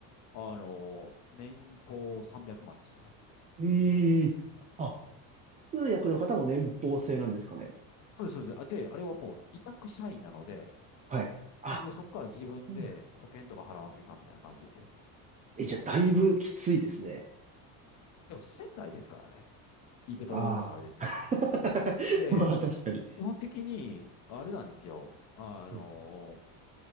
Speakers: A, on the left (about 40°); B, on the right (about 20°).
A: あの、年俸300万ですよ。
B: ええあ、通訳の方も年俸制なんですかね
A: そうです、そうです。あで、あれはもう委託社員なので、
B: はい。あ、
A: 結局そこから自分で保険とか払わんといかんみたいな感じですよ。
B: そうなんえ、じゃあ、だいぶきついですね。
A: でも仙台ですからね。言い方はごめんなさい、
B: ああ。
A: あれですけど。
B: <laughs>
A: で、
B: まあ、確かに。
A: 基本的に、あれなんですよ。あの、
B: はい